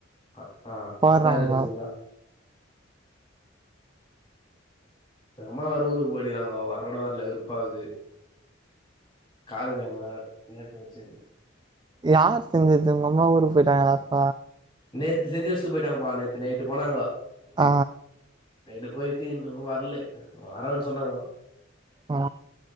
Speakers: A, on the left; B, on the right.
A: அ ஆ
B: போட்றாங்க
A: அதா இருக்குது ஃபுல்லா எங்க அம்மா வேற ஊருக்கு போடிறங்க வரோட வரல வெருப்பாகது கார கொழம்பு வேற நேத்து வச்சது
B: யார் செஞ்சது உங்க அம்மா ஊருக்கு போயிட்டாங்க அப்ப
A: நேத்து செஞ்ச வச்சிட்டு போயிட்டாங்கப்பா நேத்து நைட்டு போனாங்க
B: ஆ
A: நைட்டு போயிட்டு இன்னு வரல வரேனு சொன்னாங்க
B: ஆ